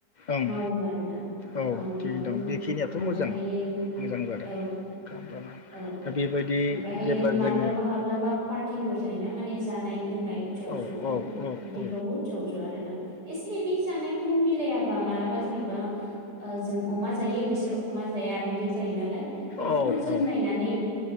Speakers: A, on the left; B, on the right.
A: ओं
B: मावो आरोना
A: औ
B: मावनायावबो
A: थिगैनो दं बेखिनियाथ'
B: ओमफ्रायहायो
A: मोजां मोजां जादों
B: औ
A: खालामजाना
B: औ
A: दा बेबायदि
B: ओमफ्रायहायो
A: जेब्ला जोङो
B: माब्लाबा-माब्लाबा पार्टिफोर जायोना माने जानाय लोंनाय ज'-ज'नो
A: औ औ
B: बिदिफ्रावबो
A: औ
B: ज'-ज' आरोना एसे एनै जानायखौ मिलाया फोरा माला बा जेन'बा जों अमा जायो बिसोर अमा जाया बिदि यो नालाय बेफोरखौ
A: औ
B: जों
A: औ
B: नायनानै